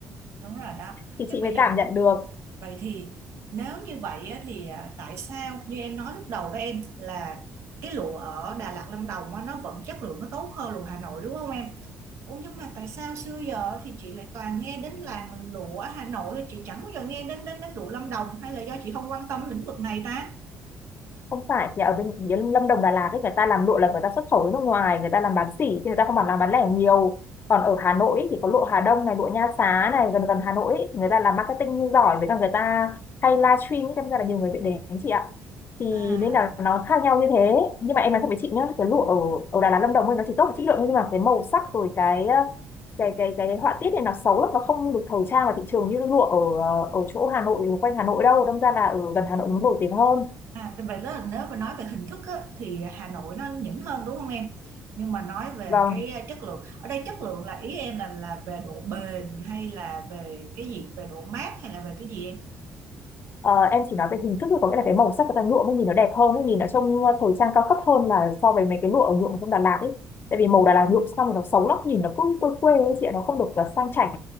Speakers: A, on the right; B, on the left.
A: đúng rồi đó.
B: thì
A: Chứ
B: chị
A: bây
B: mới
A: giờ
B: cảm nhận được
A: vậy thì nếu như vậy á, thì à, tại sao như em nói lúc đầu đó em là cái lụa ở Đà Lạt Lâm Đồng á, nó vẫn chất lượng nó tốt hơn lụa Hà Nội đúng không em? Ủa nhưng mà tại sao xưa giờ thì chị lại toàn nghe đến làng lụa Hà Nội, chị chẳng bao giờ nghe đến đến đến lụa Lâm Đồng hay là do chị không quan tâm lĩnh vực này ta?
B: không phải thì ở bên phía Lâm Đồng Đà Lạt ấy người ta làm lụa là người ta xuất khẩu đến nước ngoài người ta làm bán sỉ chứ người ta không làm làm bán lẻ nhiều còn ở Hà Nội ấy, thì có lụa Hà Đông này lụa Nha Xá này gần gần Hà Nội ấy, người ta làm marketing giỏi với cả người ta hay livestream ấy đâm ra là nhiều người bị đến chị ạ thì
A: À.
B: nên là nó khác nhau như thế nhưng mà em nói
A: ừ.
B: thật với chị nhá cái lụa ở ở Đà Lạt Lâm Đồng ấy nó chỉ tốt về chất lượng thôi nhưng mà cái màu sắc rồi cái ờ, cái cái cái họa tiết này nó xấu lắm nó không được thời trang vào thị trường như lụa ở ờ, ở chỗ Hà Nội quanh Hà Nội đâu đâm ra là ở gần Hà Nội nó nổi tiếng hơn
A: À, tại vậy là nếu mà nói về hình thức á, thì Hà Nội nó nhỉnh hơn đúng không em? Nhưng mà nói về
B: vâng
A: cái à, chất lượng, ở đây chất lượng là ý em là là về độ bền hay là về cái gì? Về độ mát hay là về cái gì em?
B: Ờ, em chỉ nói về hình thức thôi, có nghĩa là cái màu sắc của ta lụa mới nhìn nó đẹp hơn ấy, nhìn nó trông ờ, thời trang cao cấp hơn là so với mấy cái lụa ở nhuộm ở trong Đà Lạt ấy. Tại vì màu Đà Lạt nhuộm xong rồi nó xấu lắm, nhìn nó cứ quê quê ấy chị ạ, nó không được ờ, sang chảnh,